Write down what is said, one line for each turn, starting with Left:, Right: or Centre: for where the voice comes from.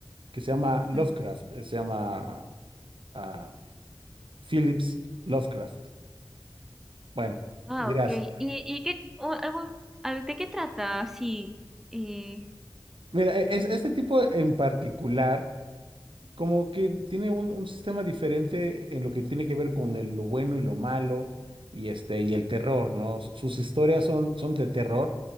Right: que se llama Lovecraft,
Centre: ujú.
Right: eh, se llama ah, Phillips Lovecraft. Bueno,
Centre: Ah,
Right: dirás,
Centre: ok. ¿Y, y qué, o algún- al- de qué trata? Sí. Eh,
Right: Mira, e- es, este tipo en particular, como que tiene un, un sistema diferente en lo que tiene que ver con el- lo bueno y lo malo y, este, y el terror, ¿no? Su- Sus historias son, son de terror,